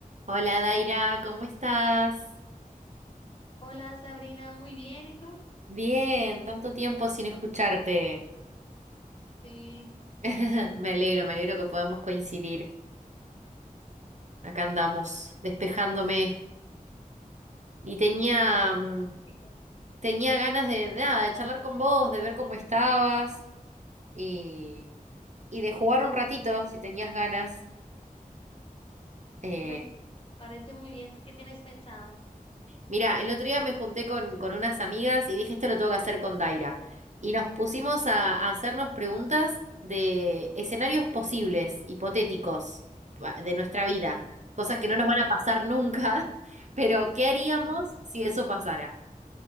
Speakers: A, on the right (about 55°); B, on the left (about 40°).
A: Hola Daira, ¿cómo estás?
B: Hola Sabrina, muy bien, ¿y tú?
A: Bien, tanto tiempo sin escucharte.
B: Sí,
A: <laughs> Me alegro, me alegro que podamos coincidir. Acá andamos, despejándome. Y tenía, mm,
B: Ratito.
A: tenía ganas de nada, de charlar con vos, de ver cómo estabas y, y de jugar un ratito, si tenías ganas. eh,
B: me parece muy bien. ¿Qué tienes pensado?
A: Mira, el otro día me junté con, con unas amigas y dije, esto lo tengo que hacer con Daira. Y nos pusimos a, a hacernos preguntas de escenarios posibles, hipotéticos, pa- de nuestra vida. Cosas que
B: Ok,
A: no nos van a pasar nunca, <laughs> pero ¿qué haríamos
B: <laughs>
A: si eso pasara?